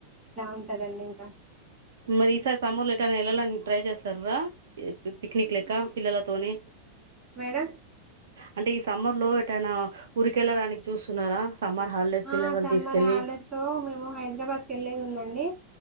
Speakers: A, on the right (about 20°); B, on the right (about 60°).
A: ఉంటదండి అలా ఇంకా
B: మరి ఈసారి సమర్ లెటర్ ఎ ట్రై చేస్తార పిక్నిక్ ల ఇక్క పిల్లలతోని
A: మేడం
B: అంటే ఈ సమ్మర్ లో ఎటైనా ఊరికెళ్ళడానికి చూస్తున్నారా? సమ్మర్ హాలిడేస్
A: ఆ
B: పిల్లలను
A: సమ్మర్
B: తీసుకెళ్ళి
A: హాలిడేస్ తో మేము హైదరాబాద్కి వెళ్ళేది ఉందండి.